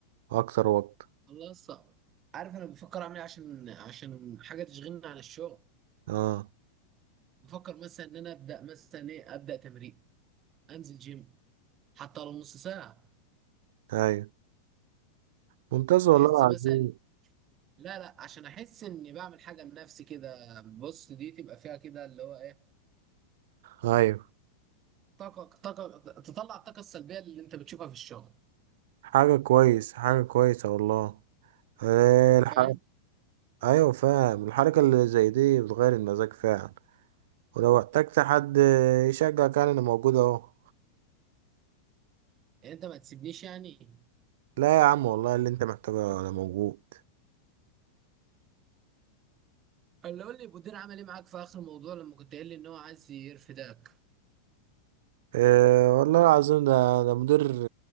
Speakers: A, on the right (about 55°); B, on the right (about 30°).
A: واكتر وقت
B: الله يسطا عارف أنا بفكر أعمل إيه عشان عشان حاجة تشغلني عن الشغل
A: اه
B: بفكر مثلا إن أنا أبدأ مثلا إيه أبدأ تمرين انزل جيم حتى لو نص ساعه
A: ايوه ممتاز والله
B: احس
A: العظيم
B: مثلا لا لا عشان احس اني بعمل حاجه لنفسي كده بص دي تبقى فيها كده اللي هو ايه
A: ايوه
B: طاقه طاقه تطلع الطاقه السلبيه اللي انت بتشوفها في الشغل
A: حاجة كويس حاجة كويسة والله إيه
B: انت
A: الحركة
B: فاهم
A: ايوه فاهم الحركة اللي زي دي بتغير المزاج فعلا ولو احتجت حد يشجعك يعني انا موجود اهو
B: يعني انت ما تسيبنيش يعني
A: لا يا عم والله اللي انت محتاجه انا موجود
B: اللي قول لي المدير عمل ايه معاك في اخر الموضوع لما كنت قايل لي ان هو عايز يرفدك
A: إيه والله العظيم ده ده مدير